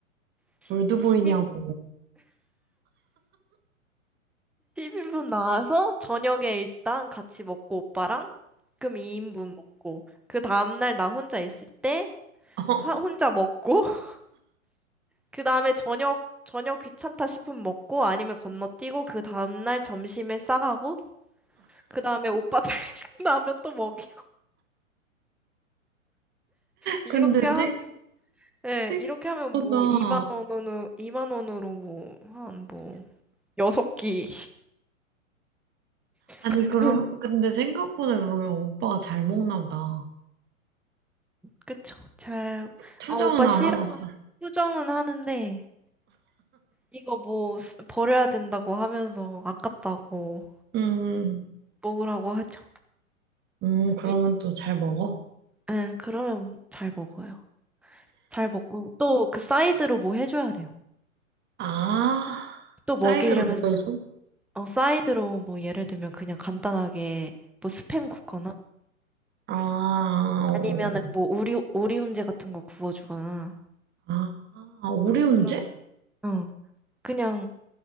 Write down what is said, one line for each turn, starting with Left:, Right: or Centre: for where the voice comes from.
Centre: 10,
Right: 물드보이냐고
Centre: 10인분 나와서 저녁에 일단 같이 먹고 오빠랑 그럼 2인분 먹고 그 다음날 나 혼자 있을 때
Right: <laughs>
Centre: 하- 혼자 먹고 <laughs> 그 다음에 저녁 저녁 귀찮다 싶으면 먹고 아니면 건너뛰고 그 다음날 점심에 싸가고 그 다음에 오빠 <laughs> 퇴근하면 또 먹이고 이렇게
Right: 근데
Centre: 하면
Right: 생,
Centre: 예
Right: 생각보다,
Centre: 이렇게 하면 뭐 2만 원으로 2만 원으로 뭐 한 뭐 여섯 끼
Right: 아니,
Centre: <laughs>
Right: 그럼, 근데 생각보다 그러면 오빠가 잘 먹나 보다.
Centre: 그쵸 잘
Right: 투정은
Centre: 아 오빠
Right: 안
Centre: 싫어
Right: 하나 보다.
Centre: 수정은 하는데 이거 뭐 쓰- 버려야 된다고 하면서 아깝다고
Right: 음,
Centre: 먹으라고 하죠.
Right: 음, 그러면
Centre: 이,
Right: 또 잘 먹어?
Centre: 예, 그러면 잘 먹어요. 잘 먹고 또 그 사이드로 뭐 해줘야 돼요.
Right: 아,
Centre: 또
Right: 사이드로
Centre: 먹이려면 쓰-
Right: 뭐 해줘?
Centre: 어, 사이드로 뭐 예를 들면 그냥 간단하게 뭐 스팸 굽거나
Right: 아, 어,
Centre: 아니면은
Right: 어.
Centre: 뭐 오리 오리훈제 같은 거 구워주거나
Right: 아, 오리온제?
Centre: 그런 거. 어, 그냥